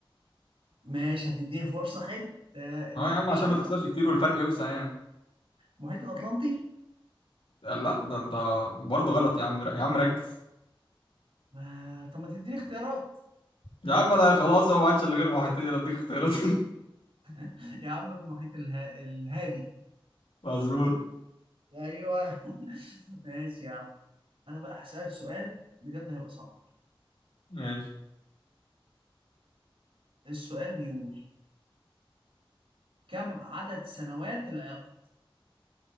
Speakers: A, on the right (about 85°); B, on the left (about 80°).
A: ماشي هتديني فرصة حلو آه المحيط
B: ها يا عم عشان ما تخسرش كتير والفرق يوسع يعني
A: المحيط الأطلنطي
B: لا ده انت برضه غلط يا عم يا عم ركز
A: آه طب ما تديني اختيارات
B: يا عم انا خلاص هو ما عادش الا غير محيطين اديك اختيارات
A: <laughs> يا عم المحيط اله... الهادي
B: <laughs> مظبوط
A: أيوه <laughs> ماشي يا عم أنا بقى هسألك سؤال بجد هيبقى صعب
B: ماشي
A: السؤال بيقول كم عدد سنوات العقد